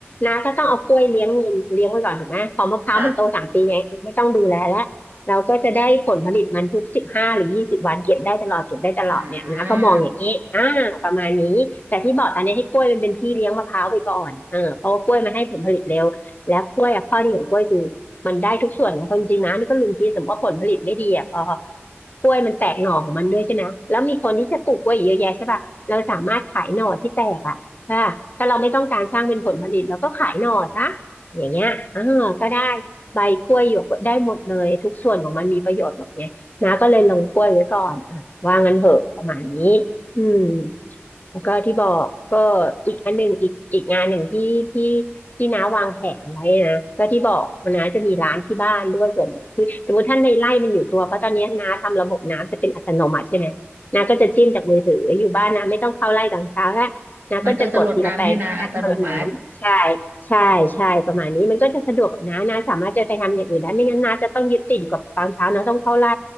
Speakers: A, on the left; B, on the right.
A: น้าก็ต้องเอากล้วยเลี้ยงเงินเลี้ยงไว้ก่อนถูกไหมพอมะพร้าวมันโตสามปีไงไม่ต้องดูแลแล้ว
B: <laughs> อ่ะ
A: เราก็จะได้ผลผลิตมันทุกสิบห้าหรือยี่สิบวันเก็บได้ตลอดเก็บได้ตลอดเนี่ยนะก็มองอย่างนี้อ่าประมาณนี้แต่ที่บอกตอนนี้ให้กล้วยมันเป็นพี่เลี้ยงมะพร้าวไปก่อนเออเพราะว่ากล้วยมันให้ผลผลิตเร็วแล้วกล้วยอะข้อดีของกล้วยคือมันได้ทุกส่วนนะความจริงนะนี่ก็ลืมคิดสมมติว่าผลผลิตไม่ดีอ่ะพอ
B: อ่า
A: กล้วยมันแตกหน่อของมันด้วยใช่ไหมแล้วมีคนที่จะปลูกกล้วยเยอะแยะใช่ป่ะเราสามารถขายหน่อที่แตกอ่ะถ้าถ้าเราไม่ต้องการสร้างเป็นผลผลิตเราก็ขายหน่อซะอย่างเงี้ยอ่าก็ได้ ใบกล้วยหยวกได้หมดเลยทุกส่วนของมันมีประโยชน์หมดไงนะาก็เลยลงกล้วยไว้ก่อนอ่ะว่างั้นเหอะประมาณนี้อืม แล้วก็ที่บอกก็อีกอันหนึ่งอีกอีกงานหนึ่งที่ที่ที่น้าวางแผนไว้นะก็ที่บอกว่าน้าจะมีร้านที่บ้านด้วยส่วนหนึ่งคือสมมติท่านในไร่มันอยู่ตัวเพราะตอนนี้น้าทำระบบน้ำจะเป็นอัตโนมัติใช่ไหมน้าก็จะจิ้มจากมือถืออยู่บ้านน้าไม่ต้องเข้าไร่ตอนเช้าละน้าก็จะกดทีละแปลงทีละแปลงให้มันรดน้ำใช่
B: มันก็จะลดน้ำให้น้าอัตโนมัติ
A: ใช่ใช่ประมาณนี้มันก็จะสะดวกกับน้าน้าสามารถจะไปทำอย่างอื่นได้ไม่งั้นน้าจะต้องยึดติดอยู่กับตอนเช้าน้าต้องเข้าไร่